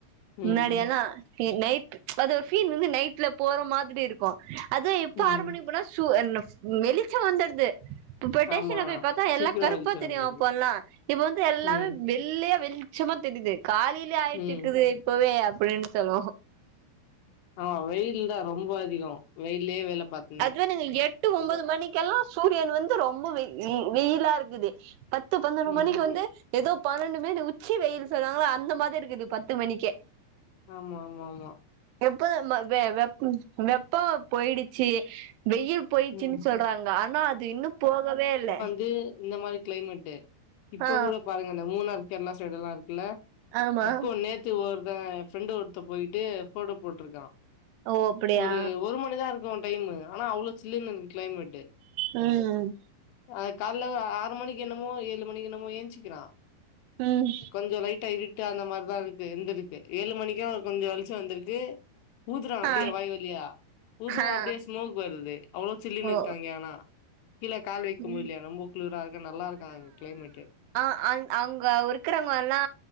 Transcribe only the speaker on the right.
முன்னாடியெல்லா
டி நைட் அது ஒரு ஃபீன் வந்து நைட்ல போற மாதிரி இருக்கு அது இப்ப
ஆறு மணிக்போனா சு என் ம் வெளிச்சொ வந்துட்து இப்ப டேஷன்ல
போய் பாத்தா எல்லா
கருப்பா
தெரியு
அப்ப அல்லா இப்பவந்து எல்லாமே
வெளி ல்லையா வெள்ச்சமா தெரிது காலையிலயே ஆயிட்டுருக்குது
இப்பவே அப்டின்னு சொல்லு
அத்வே நீங்க எட்டு ஒம்போது மணிக்கெல்லா சூரியன் வந்து ரொம்ப வெயி வெயிலாருக்குது பத்து பன்னொறு
மணிக்கு வந்து எதோ பன்னெண்டு மெணி உச்சி வெயில் சொல்வாங்களா அந்த மாதிரிருக்குது பத்து மணிக்கே
எப்ப நம்ம வெ வெப் வெப்ப போய்டிச்சு வெயில் பொயிச்சின்
சொல்றாங்க அன்னா அது இன்னும் போகவே இல்ல
ஆ
ஆமா
ஓ அப்டியா
ம்
ம்
ஆ
ஆ
ஓ
ம்
அ அங் அங்க இருக்குறவங்க எல்லா